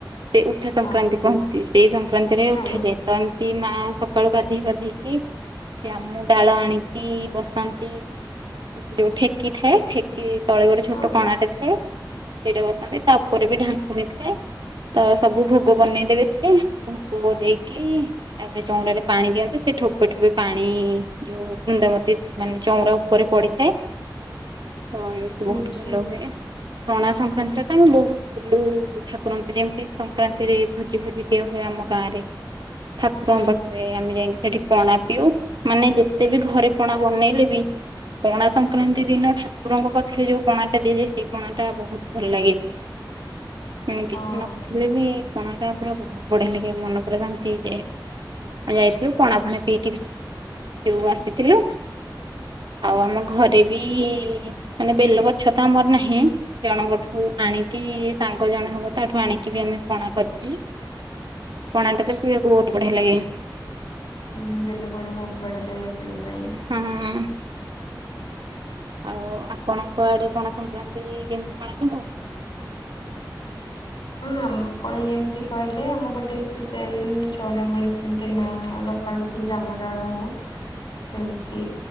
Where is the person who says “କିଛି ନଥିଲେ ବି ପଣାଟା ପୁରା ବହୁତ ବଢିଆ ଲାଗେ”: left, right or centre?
Right